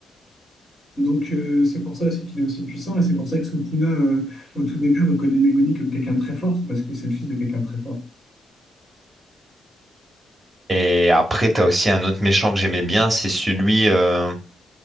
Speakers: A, on the left; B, on the right.
A: Donc euh, c'est pour ça aussi qu'il est aussi puissant. Et c'est pour ça que Sukuna, euh, au tout début, reconnaît Megumi comme quelqu'un de très fort. C'est parce que c'est le fils de quelqu'un de très fort.
B: Et après, t'as aussi un autre méchant que j'aimais bien, c'est celui, euh,